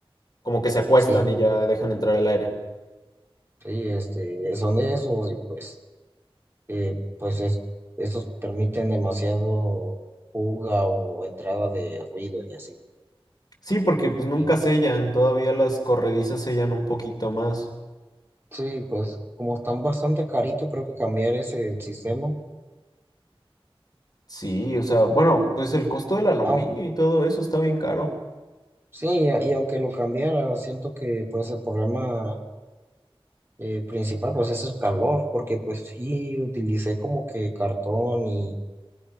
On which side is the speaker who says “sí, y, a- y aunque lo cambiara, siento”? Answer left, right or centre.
Right